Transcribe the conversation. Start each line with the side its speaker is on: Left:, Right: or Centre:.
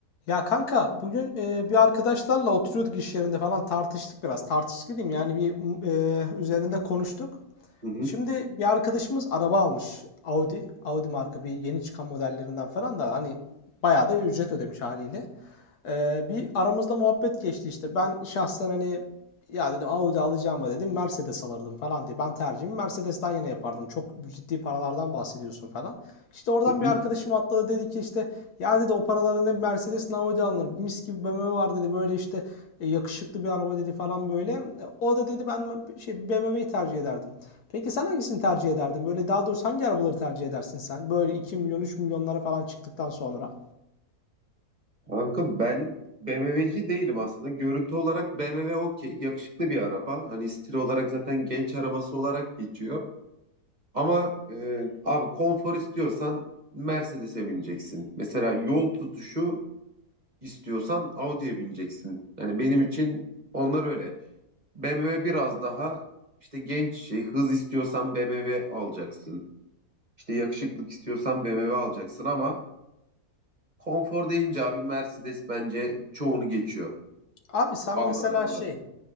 Left: Ya kanka bugün e, bir arkadaşlarla oturuyorduk iş yerinde falan tartıştık biraz. Tartıştık diyeyim yani bir e, üzerinde konuştuk.
Right: Hı hı,
Left: Şimdi bir arkadaşımız araba almış. Audi. Audi marka bir yeni çıkan modellerinden falan da hani bayağı da ücret ödemiş haliyle. Ee, bir aramızda muhabbet geçti işte. Ben şahsen hani ya dedim Audi alacağıma dedim Mercedes alırdım falan diye. Ben tercihimi Mercedes'ten yana yapardım. Çok ciddi paralardan bahsediyorsun falan. İşte oradan
Right: hı hı.
Left: bir arkadaşım atladı dedi ki işte ya dedi o paralara ne Mercedes ne Audi alınır. Mis gibi BMW var dedi böyle işte e, yakışıklı bir araba dedi falan böyle. E, O da dedi ben şey BMW'yi tercih ederdim. Peki sen hangisini tercih ederdin? Böyle daha doğrusu hangi arabaları tercih edersin sen? Böyle 2 milyon 3 milyonlara falan çıktıktan sonra.
Right: Kanka ben BMW'ci değilim aslında. Görüntü olarak BMW okey. Yakışıklı bir araba. Hani stil olarak zaten genç arabası olarak geçiyor. Ama e, abi konfor istiyorsan Mercedes'e bineceksin. Mesela yol tutuşu istiyorsan Audi'ye bineceksin. Yani benim için onlar öyle. BMW biraz daha işte genç şey, hız istiyorsan BMW alacaksın. İşte yakışıklık istiyorsan BMW alacaksın ama Konfor deyince abi Mercedes bence çoğunu geçiyor
Left: Abi sen
Right: Alman
Left: mesela
Right: arabalarında.
Left: şey